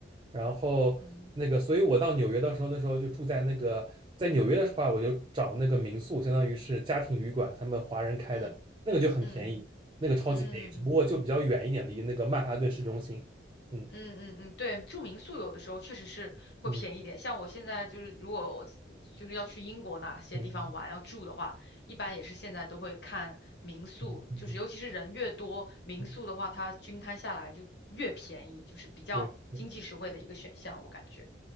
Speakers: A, on the right; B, on the left.
A: 然后那个，
B: 嗯
A: 所以我到纽约的时候，那时候就住在那个，在纽约的话，我就找那个民宿，相当于是家庭旅馆，他们华人开的，
B: 嗯
A: 那个就很便宜，
B: 嗯
A: 那个超级便宜，
B: 嗯嗯
A: 只不过就比较远一点，离那个曼哈顿市中心。嗯
B: 嗯嗯嗯，对，住民宿有的时候确实是会便宜一点。
A: 嗯
B: 像我现在就是，如果我就是要去英国哪些地方玩要住的话，
A: 嗯。
B: 一般也是现在都会看民宿，
A: 嗯嗯嗯
B: 就是尤其是人越多，民宿的话它均摊下来就越便宜，
A: 嗯，
B: 就是比较经济实惠的一个选项，
A: 对对，
B: 我感觉。